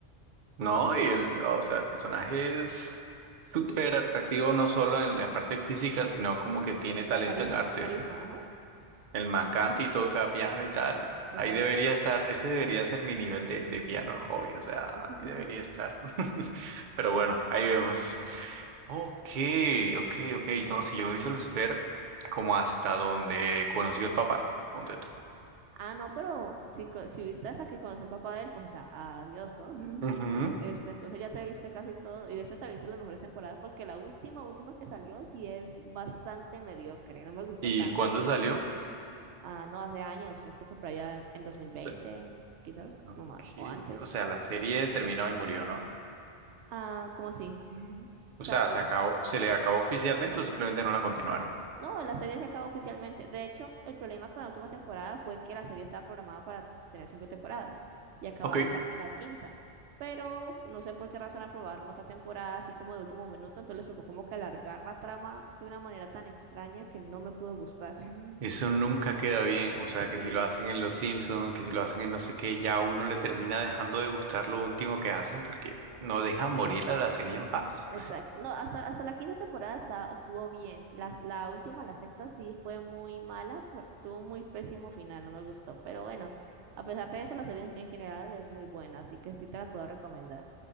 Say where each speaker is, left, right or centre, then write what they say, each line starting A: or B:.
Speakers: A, on the right; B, on the right.
A: No, y el, o sea, el personaje es súper atractivo no solo en la parte física, sino como que tiene
B: La
A: talento
B: carisma,
A: en artes.
B: carisma, ajá,
A: El man canta y toca piano y tal.
B: exacto.
A: Ahí debería estar, ese debería ser mi nivel de, de piano hobby, o sea,
B: <laughs>
A: ahí debería estar. <laughs> Pero bueno, ahí vemos. Ok, ok, ok. No, si yo me hice Lucifer como hasta donde conoció el papá, ponte tú.
B: Ah, no, pero si, co- si viste hasta que conocí al papá de él, pues, o sea, adiós, ¿no? <laughs>
A: Ujú.
B: Este, entonces ya te viste casi todo, y de hecho te viste las mejores temporadas, porque la última, última que salió sí es bastante mediocre, no me gustó
A: ¿Y
B: tanto.
A: cuándo salió?
B: Ah, no, hace años, yo creo que por allá en, en dos mil veinte,
A: O sea,
B: quizás,
A: ok,
B: no más, o antes.
A: o sea, la serie terminó y murió, ¿no?
B: Ah, ¿cómo así? <laughs>
A: O
B: O sea,
A: sea,
B: pues
A: se acabó, se le acabó oficialmente o simplemente no la continuaron.
B: No, la serie se acabó oficialmente. De hecho, el problema con la última temporada fue que la serie estaba programada para tener cinco temporadas y acabarse
A: Ok.
B: la- en la quinta. Pero no sé por qué razón aprobaron otra temporada así como de último minuto, entonces les tocó como que alargar la trama de una manera tan extraña que no me pudo gustar. <laughs>
A: Eso nunca queda bien, o sea
B: Sí.
A: que si lo hacen en Los Simpsons, que si lo hacen en no sé qué, ya a uno le termina dejando de gustar lo último que hacen porque no deja morir a la serie en paz.
B: Exacto. No, hasta, hasta la quinta temporada está, estuvo bien. La, la última, la sexta, sí fue muy mala, por- tuvo un muy pésimo final, no me gustó. Pero bueno, a pesar de eso, la serie en, en general es muy buena, así que sí te la puedo recomendar.